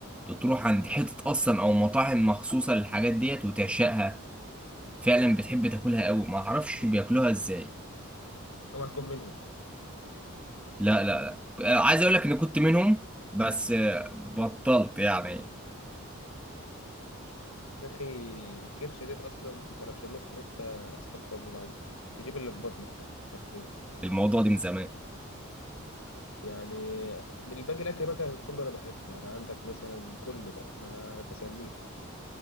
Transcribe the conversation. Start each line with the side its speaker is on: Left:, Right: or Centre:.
Centre: بتروح عند حتة اصلا او مطاعم مخصوصة للحاجات ديت وتعشقها فعلا بتحب تاكلها قوي ما اعرفش بياكلوها ازاي
Left: اوعى تكون منهم
Centre: لا لا لا آه، عايز اقول لك ان كنت منهم بس آه، بطلت يعني
Left: يا اخي الكرشة ديت اصلا انت لو شميت ريحتها استغفر الله العظيم تجيب اللي في بطنك يعني حرفيا
Centre: الموضوع ده من زمان
Left: يعني الباقي الاكل بقى كان كله انا بحبه انا عندك مثلا كله بقى ما بسميش